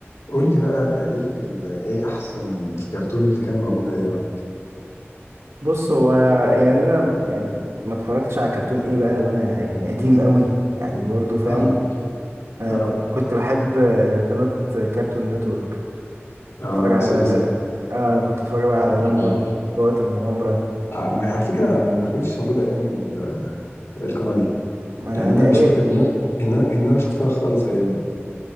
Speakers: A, on the left (about 85°); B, on the right (about 80°).
A: قول لي بقى ايه ال- ايه احسن الكرتون اللي كان موجود ايامها
B: بص هو يعني انا يعني ما اتفرجتش على كرتون ايه بقى وانا يعني قديم قوي يعني برضه فاهم
A: اه
B: انا
A: اه
B: ب- كنت بحب آه، قناة كارتون نتورك
A: اه
B: اتفرج على
A: سي ان
B: غ... آه كنت اتفرج بقى على غامبول
A: اه
B: وقت المغامرة
A: آه ما- على فكره ما كانتش موجوده ايامنا ال- القناه دي
B: ما انا
A: يعني
B: تقريبا
A: انا مش فاكر ان انا ان انا ان انا شفتها خالص ايامنا